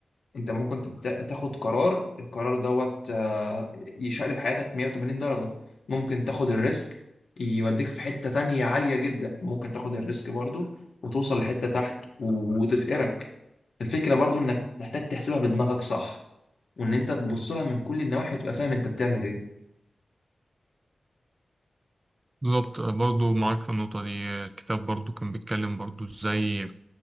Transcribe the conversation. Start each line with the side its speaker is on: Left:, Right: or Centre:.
Left: أنت ممكن تت- تاخد قرار القرار دوت آه، يشقلب حياتك 180 درجة ممكن تاخد الريسك يوديك في حتة تانية عالية جدا ممكن تاخد الريسك برضو وتوصل لحتة تحت و- وتفقرك الفكرة برضو إنك محتاج تحسبها بدماغك صح وإن أنت تبص لها من كل النواحي وتبقى فاهم أنت بتعمل إيه
Right: بالظبط برضه معاك في النقطة دي آه، الكتاب برضه كان بيتكلم برضه ازاي